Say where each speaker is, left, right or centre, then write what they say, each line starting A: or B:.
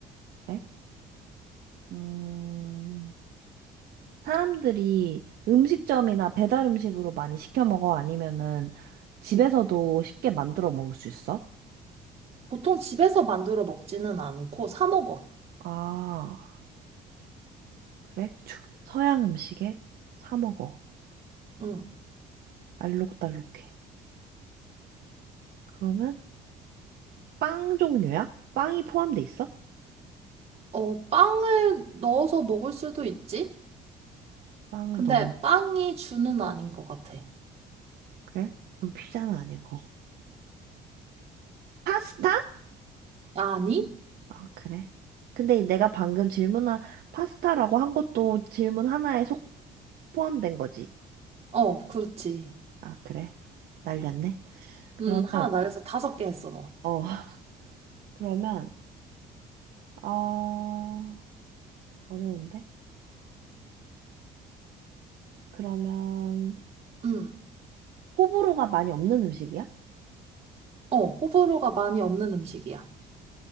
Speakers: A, on the right (about 65°); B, on the right (about 35°).
A: 그래? 음, 사람들이 음식점이나 배달 음식으로 많이 시켜 먹어? 아니면은 집에서도 쉽게 만들어 먹을 수 있어?
B: 보통 집에서 만들어 먹지는 않고 사 먹어.
A: 아, 그래? 주, 서양 음식에 사 먹어.
B: 음,
A: 알록달록해. 그러면 빵 종류야? 빵이 포함돼 있어?
B: 어, 빵을 넣어서 먹을 수도 있지?
A: 빵을
B: 근데
A: 넣으면
B: 빵이 주는 아닌 것 같아.
A: 그래? 그럼 피자는 아니고. 파스타?
B: 아니?
A: 아, 그래. 근데 내가 방금 질문한 파스타라고 한 것도 질문 하나에 속 포함된 거지.
B: 어, 그렇지.
A: 아, 그래. 날렸네. 그러면,
B: 음, 하나 날려서 다섯 개 했어, 너.
A: 어, <laughs> 그러면, 아, 어려운데? 그러면,
B: 음,
A: 호불호가 많이 없는 음식이야?
B: 어, 호불호가 많이 없는 음식이야.